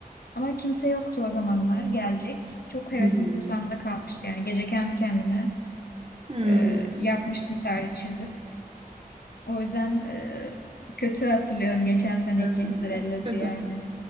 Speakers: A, on the left (about 80°); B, on the right (about 40°).
A: Ama kimse yoktu o zamanlar gelecek. Çok hevesim
B: Hmm.
A: kursağımda kalmıştı. Yani gece kendi kendime
B: Hmm.
A: e, yapmıştım sadece çizip. O yüzden e, kötü hatırlıyorum geçen seneki
B: Evet.
A: Hıdrellez'i yani.
B: <laughs>